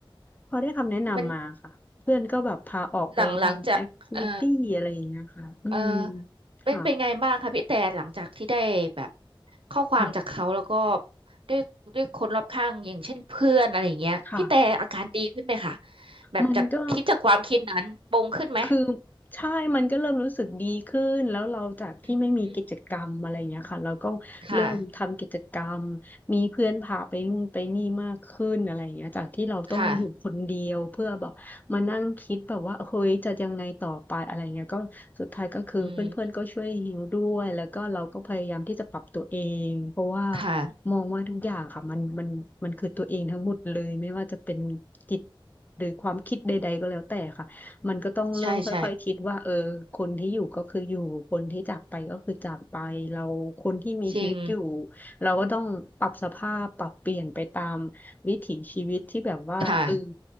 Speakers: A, on the left (about 20°); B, on the right (about 75°).
A: พอได้คำแนะนำมาค่ะเพื่อนก็แบบพาออกไปทำแอคทิวิตี้อะไรอย่างเงี้ยค่ะอืม
B: มันหลังหลังจากเออเออเป็นเป็นไงบ้างคะพี่แต่หลังจากที่ได้แบบ
A: ค่ะ
B: ข้อความจากเขาแล้วก็
A: ค่ะ
B: ด้วยด้วยคนรอบข้างอย่างเช่นเพื่อนอะไรอย่างเงี้ยพี่แต่อาการดีขึ้นไหมคะ
A: ค่ะ
B: แบบจากคิดจากความคิดนั้นปรงขึ้นไหม
A: มันก็ คือใช่ มันก็เริ่มรู้สึกดีขึ้นแล้วเราจากที่ไม่มีกิจกรรมอะไรเงี้ยค่ะเราก็เริ่มทำกิจกรรม
B: อืมอืมค่ะ
A: มีเพื่อนพาไปนู่นไปนี่มากขึ้นอะไรเงี้ยจากที่เราต้องอยู่คนเดียวเพื่อแบบมานั่งคิดแบบว่าเฮ้ยจะยังไงต่อไปอะไรเงี้ยก็สุดท้ายก็คือเพื่อนๆก็ช่วยฮิวด้วย
B: ค่ะอืม
A: แล้วก็เราก็พยายามที่จะปรับตัวเองเพราะว่า
B: ค่ะ
A: มองว่าทุกอย่างค่ะมันมันมันคือตัวเองทั้งหมดเลยไม่ว่าจะเป็นจิตหรือความคิดใดๆก็แล้วแต่ค่ะ มันก็ต้องเริ่มค่อยๆคิดว่าเออคนที่อยู่ก็คืออยู่คนที่จากไปก็คือจากไปเราคนที่มีชีวิตอยู่
B: ใช่ใช่จริง
A: เราก็ต้องปรับสภาพปรับเปลี่ยนไปตามวิถีชีวิตที่แบบว่าเออ
B: ค่ะ